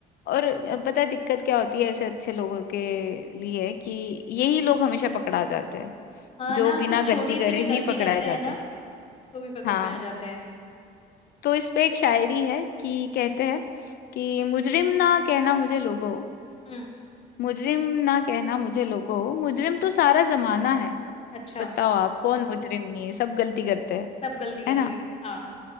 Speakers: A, on the left; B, on the left.
A: और पता है दिक्कत क्या होती है ऐसे अच्छे लोगों के लिए कि यही लोग हमेशा पकड़ा जाते हैं
B: हाँ
A: जो
B: ना
A: बिना
B: कुछ
A: गलती
B: छोटी
A: करे
B: सी भी गलती
A: ही पकड़ाए
B: करते
A: जाते
B: हैं ना
A: हैं
B: तो भी पकड़
A: हाँ
B: में आ जाते हैं
A: तो इस पे एक शायरी है कि कहते हैं कि मुजरिम ना कहना मुझे लोगो
B: हम्म
A: मुजरिम ना कहना मुझे लोगो मुजरिम तो सारा जमाना है
B: अच्छा
A: बताओ आप कौन मुजरिम नहीं है सब गलती करते हैं
B: सब गलती करते
A: है ना
B: हैं हाँ